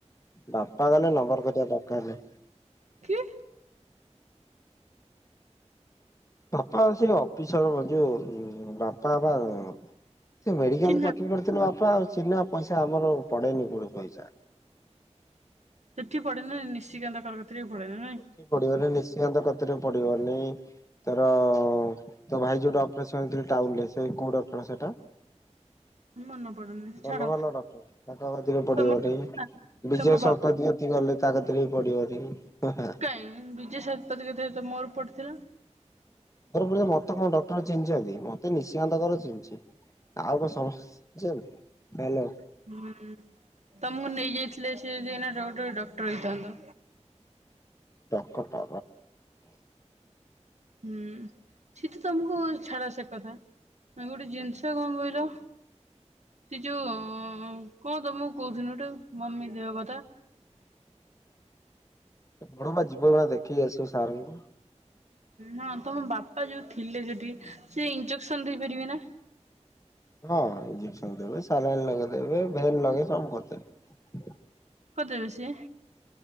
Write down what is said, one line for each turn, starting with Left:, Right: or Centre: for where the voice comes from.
Left: ବାପା ଗଲେ ନମ୍ବର କରିବା ଦରକାର ହେଲେ।
Right: କିଏ?
Left: ବାପା ସେ ଅଫିସର ଯୋଉ ବାପା ବାବା ସେ ମେଡିକାଲରେ
Right: ଚିହ୍ନା
Left: ଚାକିରି କରିଥିଲେ ବାପା ଆଉ, ଚିହ୍ନା ପଇସା ଆମର ପଡେନି କୋଉଠି ପଇସା।
Right: ସିଠି ପଡେନା ନିସିକାନ୍ତ <unintelligible> ବି ପଡେ ନା ନାଇଁ?
Left: ଏଠି ପଡିବନି ନିଶିକାନ୍ତ କତିରେ ପଡିବନି। ତାର ତୋ ଭାଇ ଯୋଉଟି ଅପରେସନ ହେଇଥିଲେ, ଟାଉନରେ ସେ କୋଉ ଡକ୍ଟର ସେଇଟା?
Right: ମନେ ପଡୁନି
Left: ଭଲ
Right: ଛାଡ
Left: ଭଲ ଡକ୍ଟର ତାଙ୍କ କତିରେ ପଡିବନେଇ,
Right: ତମ
Left: ବିଜୟ
Right: ତମ ବାପା
Left: ଶତପଥୀ ଗଲେ ତା କତିରେ ବି ପଡିବନେଇ। ହାଁ
Right: କାଇଁ ବିଜୟ ଶତପଥୀ କତିରେ ତ ମୋର ପଡିଥିଲା।
Left: <unintelligible> ମତେ କଣ ଡକ୍ଟର ଚିହ୍ନିଛନ୍ତି, ମତେ ନିଶିକାନ୍ତ କର ଚିହ୍ନିଚି। ଆଉ କଣ ସମ <unintelligible> ହ୍ୟାଲୋ।
Right: ହୁଁ ତମକୁ ନେଇଯାଇଥିଲେ ସେ ଯେ ଏଇନା ଡକ୍ଟର, ଡକ୍ଟର ହେଇଥାନ୍ତ।
Left: ଡକଟର
Right: ହୁଁ ସିଏ ତ ତମକୁ ଛାଡ ସେ କଥା। ଆ ଗୋଟେ ଜିନିଷ କଣ କହିଲ? ସେ ଯୋଉ କଣ ତମକୁ କହୁଥିଲି ଗୋ, ମମି ଦେହ କଥା
Left: ବଡ ମା ଯିବ ବା ଦେଖେଇ ଆସିବ ସାର୍ ଙ୍କୁ।
Right: ହଁ ତମ ବାପା ଯୋଉ ଥିଲେ ସେଠି, ସେ ଇଞ୍ଜେକ୍ସନ ଦେଇପାରିବେ ନା?
Left: ହଁ ଇଜେକ୍ସନ ଦେବେ, ସାଲାଇନ୍ ଲଗେଇଦେବେ, ଭେନ୍ ଲଗେଇ ସବୁ କରିଦେବେ।
Right: କରିଦେବେ ସିଏ?